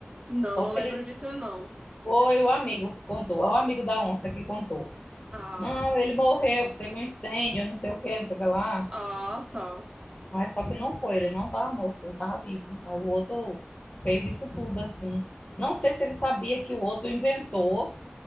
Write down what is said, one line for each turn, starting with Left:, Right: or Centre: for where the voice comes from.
Right: Não,
Left: Só
Right: não
Left: que
Right: lembro
Left: ele
Right: disso, não.
Left: foi o amigo que contou, é o amigo da onça que contou.
Right: Ah,
Left: Não, ele morreu, que teve um incêndio, não sei o quê, não sei o que lá.
Right: ah, tá.
Left: Mas só que não foi, ele não estava morto, ele estava vivo. Aí o outro fez isso tudo assim. Não sei se ele sabia que o outro inventou